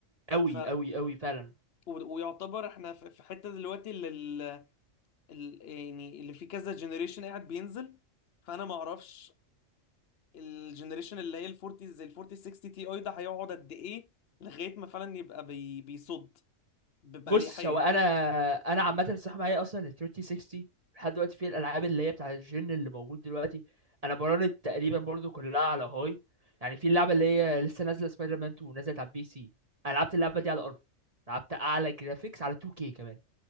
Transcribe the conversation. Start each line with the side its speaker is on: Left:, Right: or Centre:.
Right: قوي
Left: ف
Right: قوي قوي فعلا
Left: و- ويعتبر احنا في في حته دلوقتي اللي ال... ال... يعني اللي في كذا جنريشن قاعد بينزل فانا ما اعرفش الجنريشن اللي هي ال 40 زي ال 40 60 تي اي ده هيقعد قد ايه لغايه ما فعلا يبقى بي... بيصد بأريحية
Right: بص هو انا انا عامة الصراحة معايا اصلا ال 3060 لحد دلوقتي في الالعاب اللي هي بتاع الجن اللي موجود دلوقتي انا براند تقريبا برضو كلها على هاي يعني في اللعبة اللي هي لسه نازلة سبايدر مان 2 نزلت على البي سي انا لعبت اللعبة دي على الارض لعبت اعلى جرافيكس على 2K كمان